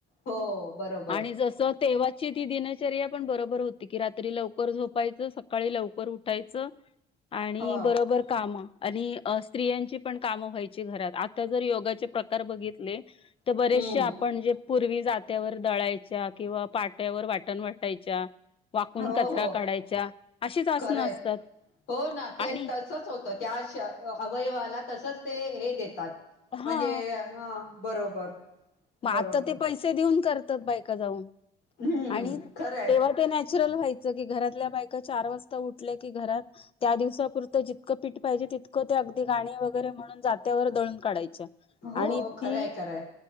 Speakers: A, on the left; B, on the left.
A: हो बरोबर.
B: आणि जसं तेव्हाची ती दिनचर्या पण बरोबर होती की रात्री लवकर झोपायचं सकाळी लवकर उठायचं. आणि
A: हो
B: बरोबर काम आणि स्त्रियांची पण काम व्हायची घरात आ जर योगाचे प्रकार बघितले तर बरेचसे
A: हम्म
B: आपण पूर्वी जात्यावर दळायच्या किंवा पाट्यावर वाटण वाटायच्या वाकून
A: हो
B: कचरा
A: हो
B: काढायच्या अशीच असनं
A: खरंय
B: असतात.
A: हो ना ते
B: आणि
A: तसच होतं त्या आशा अवयव आला तसच ते हे देतात
B: हा
A: म्हणजे ह बरोबर.
B: मग
A: बरोबर
B: आता ते पैसे देऊन करतात बायका जाऊन
A: हम्म
B: आणि
A: खरंय
B: तेव्हा तर नॅच व्हायच की घरातल्या बायका चार वाजता उठल्या की घरात त्या दिवसापुरत जितकं पीठ पाहिजे तितकं ते अगदी गाणी वगैरे म्हणून जात्यावर दळून काढायच्या
A: हो
B: आणि ती
A: खरय खरय.